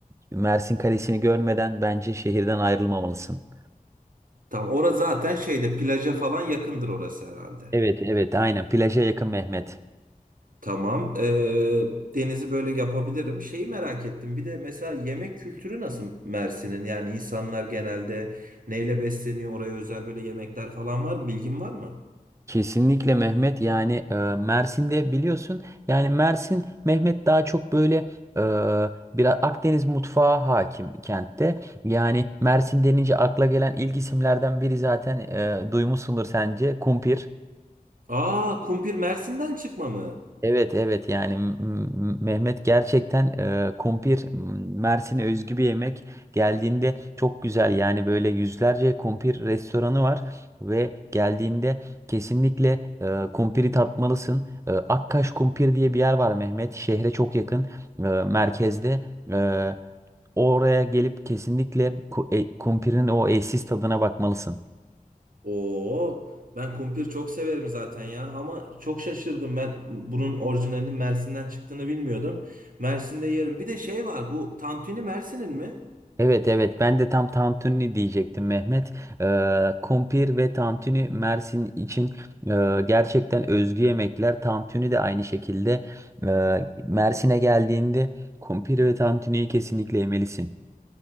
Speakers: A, on the right (about 20°); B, on the right (about 65°).
A: Mersin Kalesi'ni görmeden bence şehirden ayrılmamalısın.
B: Tam orası zaten şeyde plaja falan yakındır orası herhalde.
A: Evet evet aynen plaja yakın Mehmet.
B: Tamam. Ee, denizi böyle yapabilirim. Şeyi merak ettim. Bir de mesela yemek kültürü nasıl Mersin'in? Yani insanlar genelde neyle besleniyor? Oraya özel böyle yemekler falan var mı? Bilgin var mı?
A: Kesinlikle Mehmet yani e, Mersin'de biliyorsun yani Mersin Mehmet daha çok böyle e, biraz Akdeniz mutfağı hakim kentte. Yani Mersin denince akla gelen ilk isimlerden biri zaten e, duymuşsundur sence kumpir.
B: Aa, kumpir Mersin'den çıkma mı?
A: Evet evet yani M- M- Mehmet gerçekten e, kumpir m, Mersin'e özgü bir yemek geldiğinde çok güzel yani böyle yüzlerce kumpir restoranı var ve geldiğinde kesinlikle e, kumpiri tatmalısın. E, Akkaş Kumpir diye bir yer var Mehmet şehre çok yakın e, merkezde. E, oraya gelip kesinlikle ku- e, kumpirin o eşsiz tadına bakmalısın.
B: Oo, ben kumpir çok severim zaten ya. Ama çok şaşırdım ben bunun orijinalinin Mersin'den çıktığını bilmiyordum. Mersin'de yerim. Bir de şey var. Bu tantuni Mersin'in mi?
A: Evet evet ben de tam tantuni diyecektim Mehmet. Ee, kumpir ve tantuni Mersin için e, gerçekten özgü yemekler. Tantuni de aynı şekilde e, Mersin'e geldiğinde kumpir ve tantuniyi kesinlikle yemelisin.